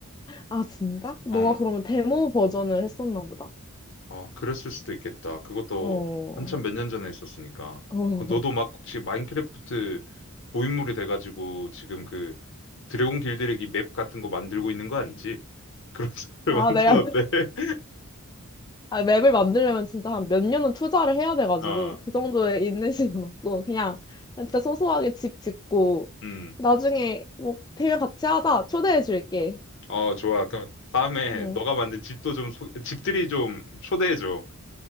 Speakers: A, on the left; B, on the left.
A: 아, 진짜? 너가
B: 어.
A: 그러면 데모 버전을 했었나 보다.
B: 아, 그랬을 수도 있겠다. 그것도
A: 어.
B: 한참 몇 년 전에 있었으니까.
A: 어.
B: 너도
A: <laughs>
B: 막 혹시 마인크래프트 고인물이 돼가지고 지금 그 드래곤 길들이기 맵 같은 거 만들고 있는 거 아니지? 그런 <laughs> 사람을
A: 아,
B: 만드는데.
A: 내가 아, 맵을 만들려면 진짜 한 몇 년은 투자를 해야 돼가지고,
B: <laughs> 어,
A: 그 정도의 <laughs> 인내심은 없고, 그냥 진짜 소소하게 집 짓고,
B: 음.
A: 나중에 뭐, 대회 같이 하자. 초대해 줄게.
B: 어, 좋아. 그럼 다음에
A: 응.
B: 너가 만든 집도 좀, 소- 집들이 좀 초대해줘.